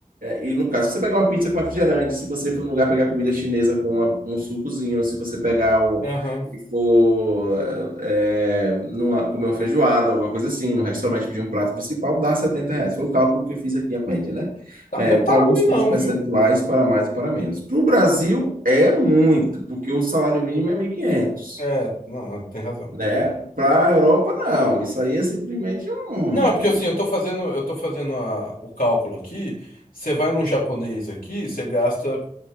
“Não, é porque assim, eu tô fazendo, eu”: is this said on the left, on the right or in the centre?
Left